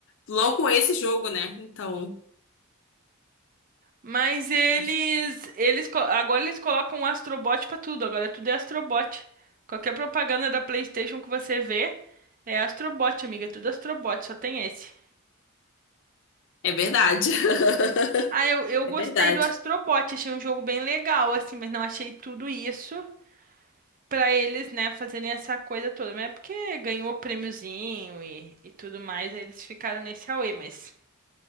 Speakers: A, on the left; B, on the right.
A: Logo esse jogo, né? Então,
B: mas eles,
A: acho-
B: eles co- agora eles colocam um Astrobot pra tudo. Agora tudo é Astrobot. Qualquer propaganda da PlayStation que você vê é Astrobot, amiga. Tudo Astrobot, só tem esse.
A: é verdade. <laughs>
B: Ah, eu, eu
A: É
B: gostei
A: verdade.
B: do Astrobot, achei um jogo bem legal, assim, mas não achei tudo isso pra eles, né, fazerem essa coisa toda. Mas é porque ganhou prêmiozinho e, e tudo mais, aí eles ficaram nesse auê, mas